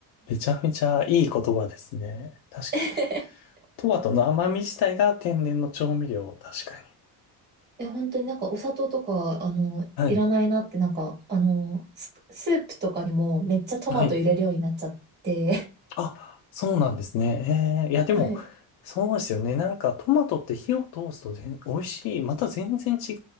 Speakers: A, on the left (about 70°); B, on the right (about 25°).
A: めちゃめちゃいい言葉ですね。確かに。
B: <laughs>
A: トマトの甘み自体が天然の調味料。確かに。
B: え、本当になんかお砂糖とか、あの、
A: はい。
B: いらないなって、なんか、あの、ス、スープとかにもめっちゃトマト入れるようになっちゃって。
A: はい。あ、そうなんですね。えー、いや、でも、
B: <laughs> はい。
A: そうですよね。なんか、トマトって火を通すと全美味しい。また全然違